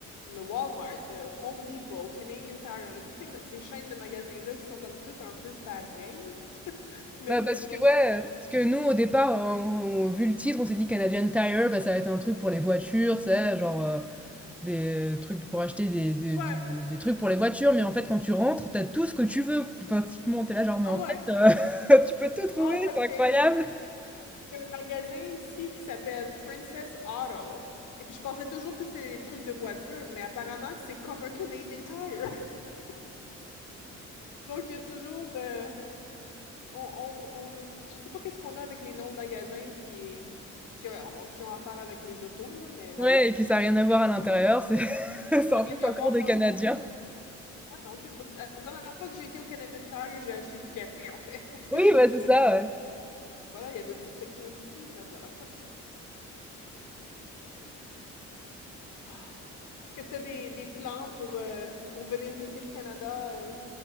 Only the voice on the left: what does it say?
le, le Walmart, le Home Depot, Canadian Tire, on a toutes ces, ces chaînes de magasins-là qui sont comme toutes un peu pareilles, <laughs> mais
pour
une raison...
Ouais,
ouais.
Ah
ouais.
Drôle parce
que Il y a un magasin ici qui s'appelle Princess Auto. Et puis, je pensais toujours que c'était des trucs de voiture, mais apparemment, c'est comme un Canadian Tire. <laughs> Donc, il y a toujours. euh, on, on, on- je sais pas qu'est-ce qu'on a avec les noms de magasins qui, qui, ont, qui ont affaire avec les autos, là, mais là,
ça n'a rien
à
voir
quand
une fois. Ah non, c'est- la dernière fois que j'ai été au Canadian Tire, j'ai acheté du café, en fait, <laughs> parce que
j'ai-
j'avais
plus.
Voilà, il y avait une petite section épicerie, drette là. <laughs> Ah. Est-ce que tu as des, des plans pour, euh, pour venir visiter le Canada? euh?